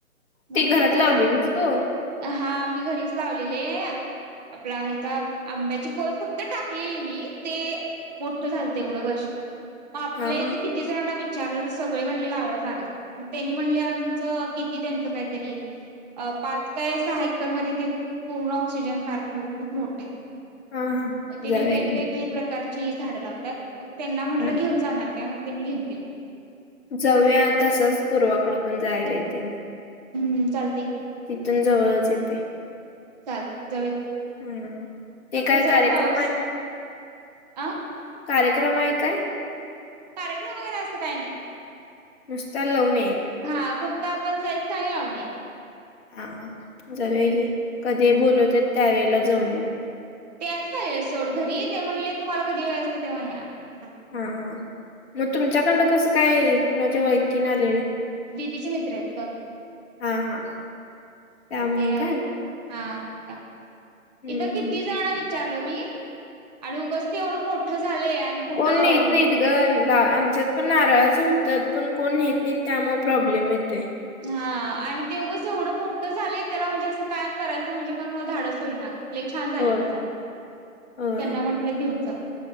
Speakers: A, on the right; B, on the left.
A: मग
B: ती घरात
A: इथं
B: लावलेलीस
A: लाव,
B: तू
A: हा मी घरीच लावलेले आपला ह्याचा... आंब्याची कोय फक्त टाकलेली मी, ते मोठं झालते एवढं वर्षात आपल्या
B: हा हा
A: इथं किती जणांना विचारलेलं, सगळे म्हणले लावायला जागाच नाई मग त्यांनी म्हणले, आमचं किती त्यांचं काहीतरी अ पाच काय सहा एकरमध्येध्ये ते पूर्ण ऑक्सिजन पार्क <unintelligible> खूप मोठं ए
B: हा हा
A: मग तेनी
B: जाऊया
A: वेगवेगळी
B: की
A: प्रकारची झाडं लावतात, मग त्यांना म्हटलं
B: हा
A: घेऊन जाणार काय, मग त्यांनी घेऊन गेली
B: जाऊया तसंच... पूर्वाकडं पण जायला येते मग
A: हम्म... चालतंय
B: तिथून जवळच ये ते
A: चालते, जवळ ए...
B: हम्म ते
A: फक्त
B: काय
A: जरा
B: कार्यक्रम
A: पाऊस...
B: आहे
A: अं
B: कार्यक्रम आहे काय
A: कार्यक्रम वगैरे असं काई नई
B: नुसत्या <unintelligible> ये
A: हा फक्त आपण जायचं आहे <unintelligible>
B: हा... जाऊया की, कधी
A: हा
B: बोलवत्यात, त्यावेेळेला जाऊन येऊ
A: ते आजच आलेले सोड घरी, ते म्हणले तुम्हाला कधी वेळ असतो तेव्हा या चालते
B: हा हा, मग तुमच्याकडं कसं काय, कुणाच्या वळखीने आलेले?
A: दिदीचे मित्र हेत गं
B: हा हा त्यामुळं
A: ते
B: काय
A: आले, हा मग <unintelligible>
B: हम्म
A: इथं किती जण विचारलो मी आणि उगच ते एवढं मोठं झालंय आणि कुठं
B: कोण नेत नाइत गं.. ला आमच्यात पण नारळाचं होत्यात, पण कोण नेत नईत त्यामुळे प्रॉब्लेम येतोय
A: हा आणि ते उगच एवढं मोठं झालंय त्याला म्हणजे असं <unintelligible> करायचं म्हणजे पण धाडस होईना लई छान झालेय
B: होय
A: गं झाड,
B: होय
A: त्यांना म्हंटलं घेऊन जा